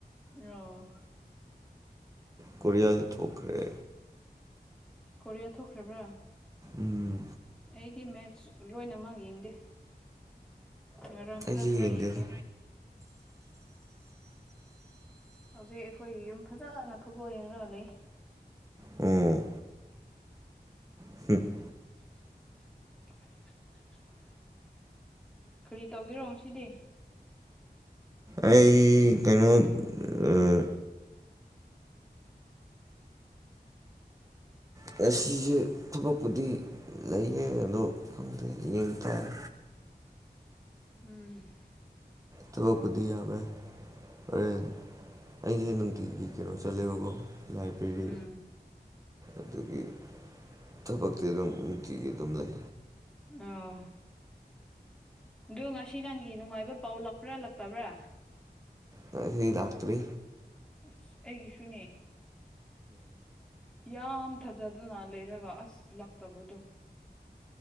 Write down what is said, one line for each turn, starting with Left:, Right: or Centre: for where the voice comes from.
Centre: ꯑꯣ
Right: ꯀꯣꯔꯤꯌꯥꯁꯨ ꯊꯣꯛꯈ꯭ꯔꯦ
Centre: ꯀꯣꯔꯤꯌꯥ ꯊꯣꯛꯈ꯭ꯔꯕ꯭ꯔꯥ
Right: ꯎꯝ
Centre: ꯑꯩꯗꯤ ꯃꯦꯠꯁ ꯂꯣꯏꯅꯃꯛ ꯌꯦꯡꯗꯦ ꯉꯔꯥꯡ ꯈꯔ
Right: ꯑꯩꯁꯦ
Centre: ꯈꯔ
Right: ꯌꯦꯡꯗꯦꯗ
Centre: ꯌꯦꯡꯉꯦ ꯍꯧꯖꯤꯛ ꯑꯩꯈꯣꯏꯒꯤ ꯌꯨꯝ ꯐꯖꯅ ꯐꯨꯠꯕꯣꯜ ꯌꯦꯡꯂꯥꯒ ꯂꯩ
Right: ꯑꯣ <unintelligible>
Centre: <inaudible> ꯀ꯭ꯔꯤ ꯇꯧꯒꯦꯔꯣ ꯁꯤꯗꯤ
Right: ꯑꯩ ꯀꯩꯅꯣ ꯑꯥ ꯉꯁꯤꯁꯦ ꯊꯕꯛꯄꯨꯗꯤ ꯂꯩꯌꯦ ꯑꯗꯣ ꯈꯪꯗꯦ ꯌꯦꯡ ꯇꯥꯔꯦ
Centre: ꯎꯝ
Right: ꯊꯕꯛ ꯄꯨꯗꯤ ꯌꯥꯕꯌꯥꯏ ꯍꯔꯦꯟ ꯑꯩꯁꯦ ꯅꯨꯡꯇꯤꯒꯤ ꯀꯩꯅꯣ ꯆꯠꯂꯦꯕꯀꯣ ꯂꯥꯏꯕ꯭ꯔꯦꯔꯤ
Centre: ꯎꯝ
Right: ꯑꯗꯨꯒꯤ ꯊꯕꯛꯇꯤ ꯑꯗꯨꯝ ꯅꯨꯡꯇꯤꯒꯤ ꯑꯗꯨꯝ ꯂꯩ
Centre: ꯑꯣ ꯑꯗꯨ ꯉꯁꯤ ꯅꯪꯒꯤ ꯅꯨꯡꯉꯥꯏꯕ ꯄꯥꯎ ꯂꯥꯛꯄ꯭ꯔꯥꯥ ꯂꯇꯕ꯭ꯔꯥ
Right: ꯉꯁꯤ ꯂꯥꯛꯇ꯭ꯔꯤ
Centre: ꯑꯁ ꯑꯩꯒꯤꯁꯨꯅꯦ ꯌꯥꯝ ꯊꯥꯖꯗꯅ ꯂꯩꯔꯒ ꯑꯁ ꯂꯛꯇꯕꯗꯣ